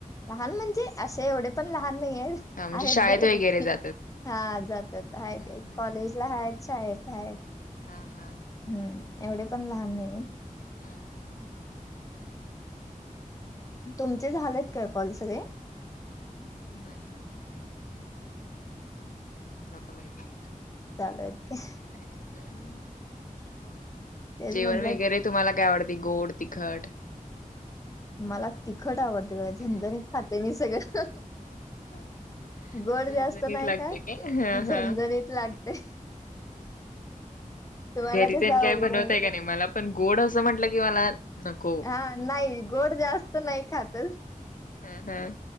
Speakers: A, on the left (about 25°); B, on the left (about 70°).
A: लहान म्हणजे असे एवढे पण लहान नाहीयेत
B: हा म्हणजे
A: आहेत
B: शाळेत
A: बऱ्यापैकी.
B: वगैरे जातात.
A: हा जातात आहेत
B: हम्म हम्म
A: कॉलेजला आहेत कॉलेजला आहेत.
B: हा हा!
A: हम्म, एवढे पण लहान नाहीेयेत.
B: हम्म!
A: तुमचे झालेत काय कॉल सगळे?
B: नाही. चालुयत.
A: चालूयेत का?
B: हम् हम्, म
A: तेच
B: जेवण
A: म्हटलं
B: वगैरे तुम्हाला काय आवडते गोड, तिखट?
A: मला तिखट आवडते बघा झणझणीत खाते मी सगळं.
B: <inaudible>
A: गोड
B: झणझणीत
A: जास्त नाही
B: लागते
A: खात
B: काय हा
A: झणझणीत
B: हा.
A: लागतय. तुम्हाला
B: घरी
A: कसं
B: तेन
A: आवडतंय
B: काय बनवताय का नाय मला पण गोड असं म्हटलं की मला नको
A: हा नाय गोड जास्त नाय खात हा
B: ह ह